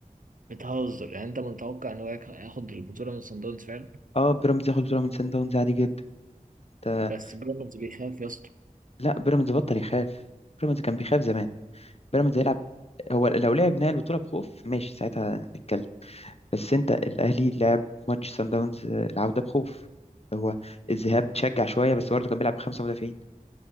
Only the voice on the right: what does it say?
بتهزر يعني انت متوقع ان هو ياخ- هياخد البطولة من سان داونز فعلا
بس بيراميدز بيخاف يا اسطى